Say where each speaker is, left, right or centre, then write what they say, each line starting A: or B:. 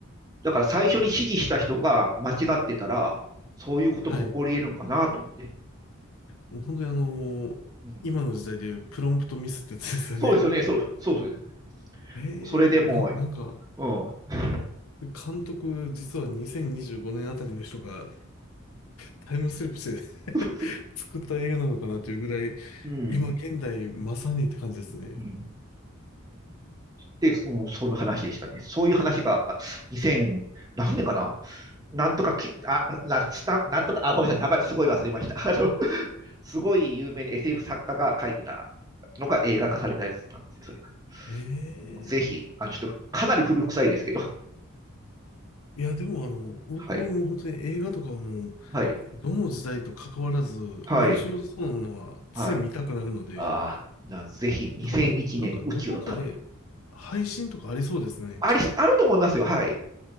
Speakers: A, on the right (about 15°); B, on the left (about 80°).
A: だから最初に指示した人が間違ってたら、
B: えうん
A: そういうことも起こり得るのかなと思って。
B: はい。もう本当にあの今の時代でいうプロンプトミスってやつですよね。
A: うん。そうですよね、そう、そうそうです。
B: えー、
A: それでもう、
B: な、なんか、
A: うん。
B: 監督、実は2025年あたりの人がタイムスリップし
A: <laughs>
B: て <laughs> 作った映画なのかなというぐらい、
A: うん。
B: 今現代まさにって感じですね。
A: うんで、うんその話でしたね。そういう話が、2000、何年かななんとかき、あ、な、スタなんとか、あ、ごめんなさい、名前すごい忘れました。あの、<laughs> すごい有名な SF 作家が書いてたのが映画化されたやつなんですよ、それが。
B: え
A: もうぜひ、あの、ちょっと、かなり古臭いですけど、
B: えいや、でもあの、僕も本当に映画とかはもう、
A: はい、はい、
B: どの時代と関わらず、
A: はい、
B: 面白そうなものはつい見たくなるので、
A: はい。ああ、ぜひ2001年宇宙の旅。
B: 多分、なんかどこかで配信とかありそうですね。
A: あり、あると思いますよ、はい。